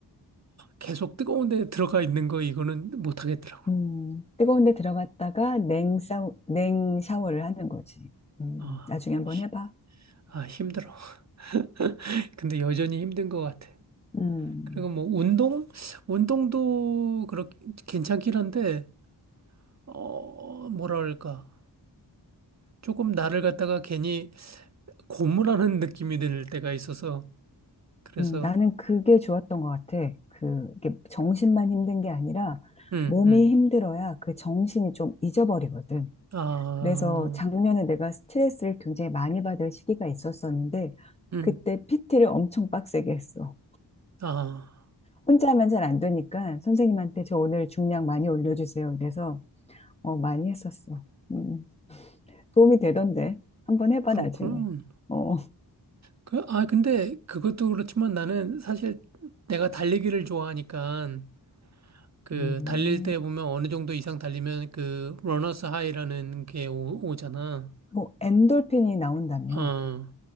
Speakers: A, on the right; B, on the left.
A: 계속 뜨거운 데 들어가 있는 거 이거는 못 하겠더라고.
B: 음, 뜨거운 데 들어갔다가 냉 사우, 냉 샤워를 하는 거지. 음,
A: 아,
B: 나중에 한번
A: 히-
B: 해봐.
A: 아 힘들어. <laughs> 근데 여전히 힘든 것 같아.
B: 음,
A: 그리고 뭐 운동 운동도 그렇게 괜찮긴 한데 어 뭐랄까 조금 나를 갖다가 괜히 고무라는 느낌이 들 때가 있어서 그래서
B: 음, 나는 그게 좋았던 것 같아. 그, 이게 정신만 힘든 게 아니라
A: 음,
B: 몸이
A: 음.
B: 힘들어야 그 정신이 좀 잊어버리거든.
A: 아,
B: 그래서 작년에 내가 스트레스를 굉장히 많이 받을 시기가 있었었는데
A: 음,
B: 그때 PT를 엄청 빡세게 했어.
A: 아,
B: 혼자 하면 잘 안 되니까 선생님한테 저 오늘 중량 많이 올려주세요. 그래서 어, 많이 했었어. 음, 도움이 되던데 한번 해봐
A: 그렇군.
B: 나중에. 어,
A: 그, 아, 근데 그것도 그렇지만 나는 사실 내가 달리기를 좋아하니까 그
B: 음,
A: 달릴 때 보면 어느 정도 이상 달리면 그 러너스 하이라는 게 오, 오잖아.
B: 뭐 엔돌핀이 나온다며.
A: 어,